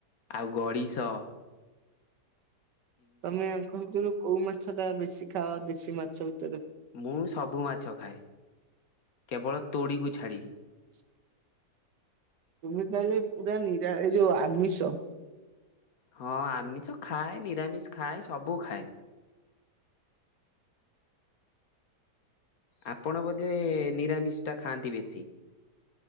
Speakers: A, on the left; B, on the right.
A: ଆଉ ଗଡ଼ିଶ
B: ତମେ ଆଙ୍କ ଭିତରୁ କୋଉ ମାଛ ଟା ବେଶୀ ଖାଅ, ଦେଶୀ ମାଛ ଭିତ
A: ମୁଁ ସବୁ ମାଛ ଖାଏ, କେବଳ ତୋଡ଼ିକୁ ଛାଡ଼ିକି
B: <inaudible> ତୁମି ତାହଲେ ପୁରା, ନିରା ଯଉ ଆମିଶ
A: ହଁ ଆମିଷ ଖାଏ, ନିରାମିଷ ଖାଏ, ସବୁ ଖାଏ ଆପଣ ବୋଧେ ନିରାମିଷ ଟା ଖାଆନ୍ତି ବେଶୀ